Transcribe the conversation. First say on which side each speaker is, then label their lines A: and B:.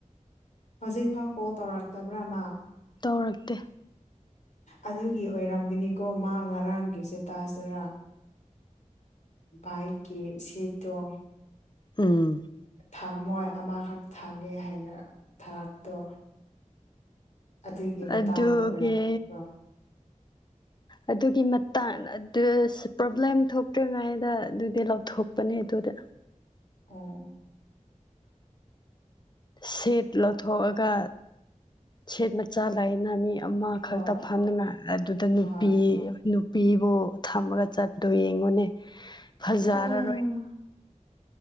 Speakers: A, on the left (about 65°); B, on the left (about 35°).
A: ꯍꯧꯖꯤꯛꯐꯥꯎ ꯀꯣꯜ ꯇꯧꯔꯛꯇꯕ꯭ꯔꯥꯃ
B: ꯇꯧꯔꯛꯇꯦ
A: ꯑꯗꯨꯒꯤ ꯑꯣꯏꯔꯝꯒꯅꯤꯀꯣ ꯃꯥ ꯉꯔꯥꯡꯒꯤꯁꯦ ꯇꯥꯁꯔꯥ ꯑ ꯏꯛꯦ ꯁꯠꯇ
B: ꯎꯝ
A: ꯊꯝꯃꯣꯏ ꯑꯃꯈꯛꯇ ꯊꯝꯒꯦ ꯍꯥꯏꯅ ꯊꯔꯛꯄꯗꯣ ꯑꯗꯨꯒꯤ ꯃꯇꯥꯡꯗ
B: ꯑꯗꯨꯒꯤ
A: ꯑꯣꯏꯔꯝꯃꯤꯅꯤꯗꯣ
B: ꯑꯗꯨꯒꯤ ꯃꯇꯥꯡ ꯄ꯭ꯔꯣꯕ꯭ꯂꯦꯝ ꯊꯣꯛꯇ꯭ꯔꯤꯉꯥꯏꯩꯗ ꯑꯗꯨꯗꯤ ꯂꯧꯊꯣꯛꯄꯅꯦ ꯑꯗꯨ ꯑꯗꯨꯗ
A: ꯑꯣ <unintelligible>
B: ꯁꯦꯠ ꯂꯧꯊꯣꯛꯑꯒ ꯁꯦꯠ ꯃꯆꯥ ꯂꯩꯅ ꯃꯤ ꯑꯃ
A: ꯍꯣꯏ
B: ꯈꯛꯇ ꯐꯝꯉꯥꯏ ꯑꯗꯨꯗ ꯅꯨꯄꯤ
A: ꯍꯣꯏ
B: ꯅꯨꯄꯤꯕꯨ ꯊꯝꯃꯒ ꯆꯠꯄꯗꯣ ꯌꯦꯡꯉꯨꯅꯦ
A: ꯑꯥ
B: ꯐꯖꯔꯔꯣꯏ